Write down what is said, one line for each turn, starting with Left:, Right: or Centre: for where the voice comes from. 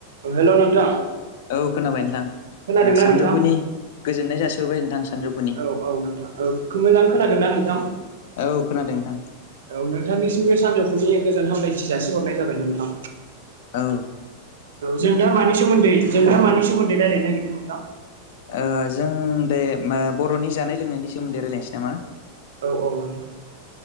Right: औ हेल' नोंथां
Left: औ खोनाबाय नोंथां
Right: खोनादोंना
Left: ओ सानजौफुनि
Right: नोंथां
Left: गोजोननाय जासहबाय नोंथां सानजौफुनि
Right: औ औ नोंथां औ मोजां खोनादों ना नोंथां
Left: औ खोनादों नोंथां
Right: औ <unintelligible> सानजौफुनि गोजोन हामलायथि जासिहरनाय जाबाय नोंथां
Left: औ
Right: औ जों दा मानि सोमोन्दै जों दा मानि सोमोन्दै रायलायनो नागिरदों नोंथां
Left: ओ जों दे ओम बर'नि जानाय लोंनायनि सोमोन्दै रायज्लायनोसै नामा
Right: औ औ नोंथां